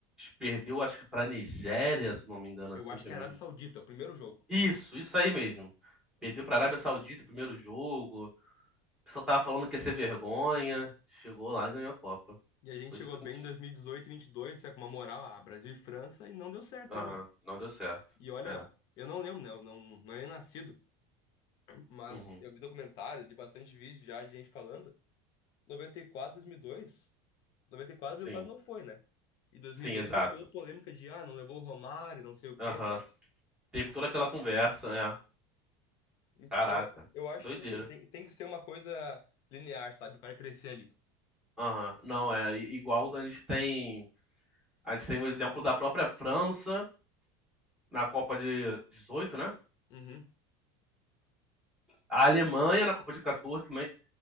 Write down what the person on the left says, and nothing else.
Eu
acho
que é a Arábia Saudita, o primeiro jogo.
E a gente
chegou
bem em 2018 e 22, sabe, com uma moral, ah, Brasil e França, e não deu certo,
né, meu?
E olha,
eu não lembro, né? Eu não, não era nem nascido, mas
eu vi documentários e bastante vídeo já de gente falando. noventa e e quatro dois dois mil e dois. noventa e quatro ele
quase não foi, né? E dois
mil e dois
teve toda a polêmica de, ah, não levou o Romário, não sei o quê,
sabe?
Então,
eu acho
que, tipo assim, tem, tem que ser uma coisa linear, sabe? O cara crescer ali.
Uhum.